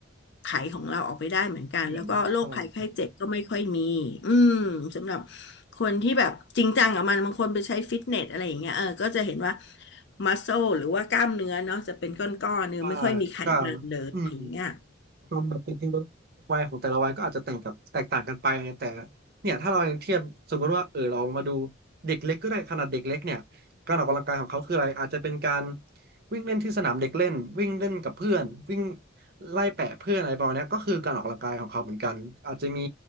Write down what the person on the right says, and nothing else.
ไม่เหมือนใช่
ใช่ก็อืม ความแบบเป็นเวัยของแต่ละวัยก็อาจจะแต่งกับแตกต่างกันไปแต่เนี่ยถ้าเรายังเทียบสมมติว่าเออเรามาดูเด็กเล็กก็ได้ขนาดเด็กเล็กเนี่ยการออกกำลังกายของเขาคืออะไรอาจจะเป็นการวิ่งเล่นที่สนามเด็กเล่นวิ่งเล่นกับเพื่อนวิ่งไล่แปะเพื่อนอะไรประมาณเนี้ยก็คือการออกกำลังกายของเขาเหมือนกันอาจจะมี